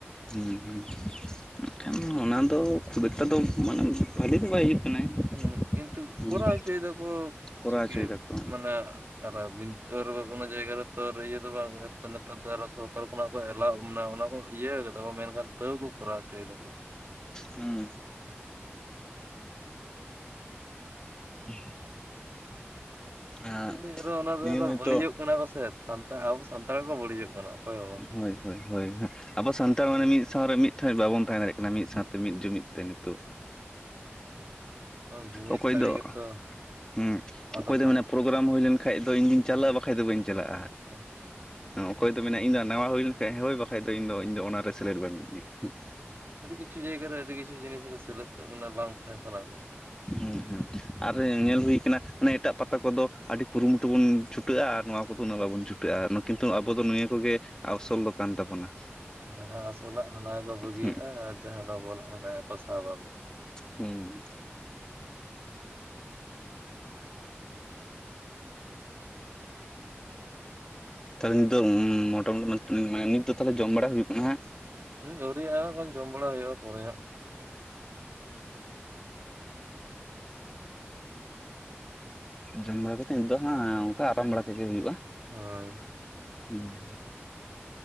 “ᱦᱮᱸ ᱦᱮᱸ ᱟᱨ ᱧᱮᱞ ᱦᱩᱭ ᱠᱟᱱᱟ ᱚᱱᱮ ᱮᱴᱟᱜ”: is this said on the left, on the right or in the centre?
Left